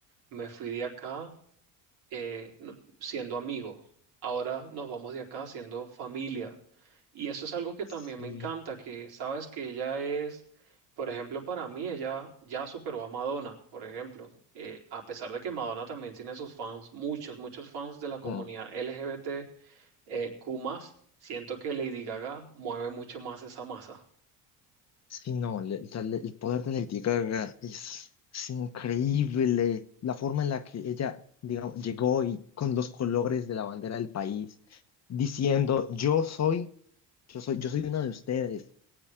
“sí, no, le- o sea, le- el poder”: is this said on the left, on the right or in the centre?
Left